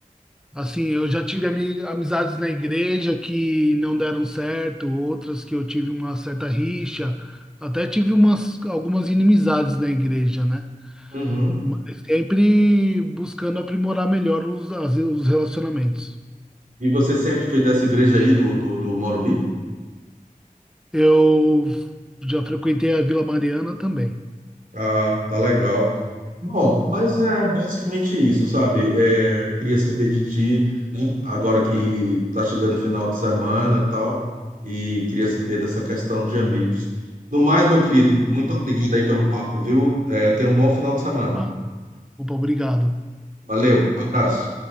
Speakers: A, in the centre; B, on the right.
A: assim, eu já tive ami- amizades na igreja que não deram certo, outras que eu tive uma certa rixa, até tive umas algumas inimizades na igreja, né?
B: Uhum.
A: Mas sempre buscando aprimorar melhor os, as- os relacionamentos.
B: E você sempre foi dessa igreja aí do, do, do Morumbi?
A: Eu já frequentei a Vila Mariana também.
B: Ah, tá legal. Bom, mas é basicamente isso, sabe? É, queria saber de ti, né? Agora que tá chegando o final de semana e tal, e queria saber dessa questão de amigos. No mais, meu querido, muito obrigado aí pelo papo, viu? É, tenha um bom final de semana.
A: Ah, opa, obrigado.
B: Valeu, abraço.